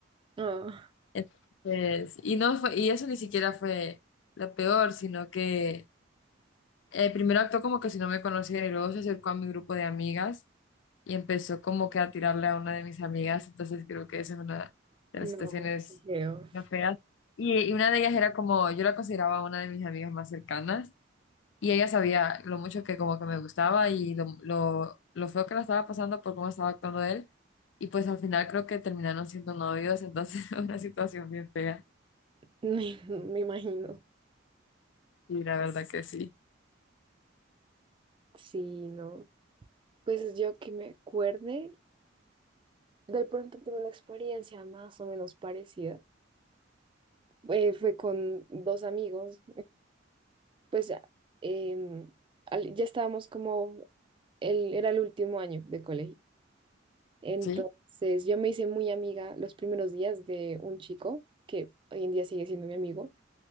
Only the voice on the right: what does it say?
Ah,
no,
qué feo.
<laughs> Me, me imagino.
Sí, no. Pues yo que me acuerde, de pronto tuve una experiencia más o menos parecida. Eh, fue con dos amigos, pues ya, em, al- ya estábamos como, el, era el último año de colegio. Entonces
yo me hice muy amiga los primeros días de un chico que hoy en día sigue siendo mi amigo